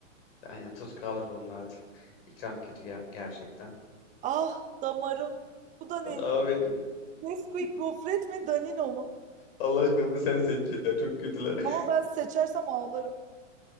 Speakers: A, on the left; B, on the right.
A: Aynen tut kalır bunun hadi. İkram kötü ger- gerçekten.
B: Ah damarım. Bu da ne?
A: Abi
B: Nesquik gofret mi Danino mu?
A: Allah aşkına bunu sen seç ya. Çok kötüler.
B: Ama ben seçersem ağlarım.